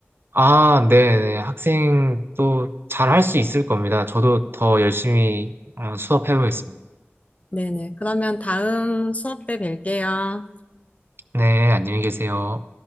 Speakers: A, on the right (about 55°); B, on the left (about 30°).
A: 아, 네네. 학생 또 잘 할 수 있을 겁니다. 저도 더 열심히 어, 수업해보겠습니다.
B: 네네. 그러면 다음 수업 때 뵐게요.
A: 네, 안녕히 계세요.